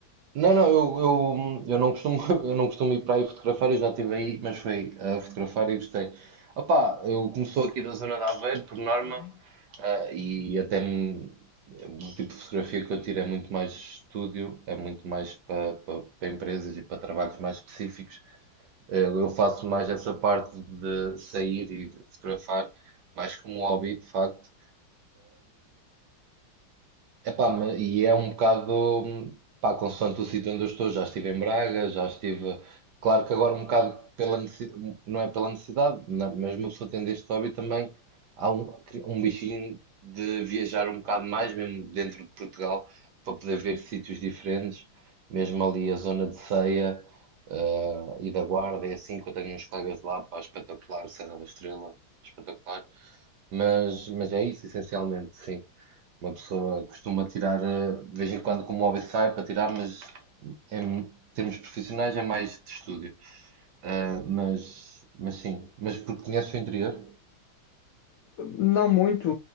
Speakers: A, on the right (about 65°); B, on the left (about 80°).
A: Não, não, eu, eu, eu não costumo, <laughs> eu não costumo ir para aí fotografar, eu já estive aí, mas foi a fotografar e gostei. Opá, eu começou aqui da zona de Aveiro, por norma,
B: Uhum.
A: ah, e até me- o tipo de fotografia que eu tiro é muito mais estúdio, é muito mais para pa, para empresas e para trabalhos mais específicos. Eh, Eu faço mais essa parte de sair e fotografar, mais como hobby, de facto. Epá, ma- e é um bocado, pá, consoante o sítio onde eu estou, já estive em Braga, já estive, claro que agora um bocado pela necessidade, não é pela necessidade, não, mas uma pessoa tendo este hobby também, há um, um bichinho de viajar um bocado mais, mesmo dentro de Portugal, para poder ver sítios diferentes, mesmo ali a zona de Ceia, eh, e da Guarda, é assim que eu tenho uns colegas de lá, pá, espetacular, Serra da Estrela, espetacular. Mas, mas é isso, essencialmente, sim. Uma pessoa costuma tirar, eh, de vez em quando, como hobby sai para tirar, mas em termos profissionais é mais de estúdio. Ah, mas, mas sim, mas porque conheces o interior?
B: Não muito,